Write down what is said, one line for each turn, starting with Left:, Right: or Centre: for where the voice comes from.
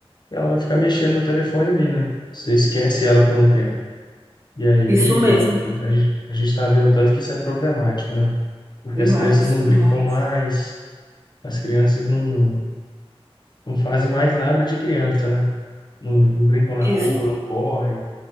Left: e ela vai ficar mexendo no telefone ali, né? Você esquece ela por um tempo. E aí,
Right: Isso mesmo.
Left: a gente a gente está vendo tanto que isso é problemático, né? Porque
Right: Demais,
Left: as crianças não brincam
Right: demais.
Left: mais, as crianças não, não fazem mais nada de criança, né? Não, não brincam na
Right: Isso.
Left: rua, não correm,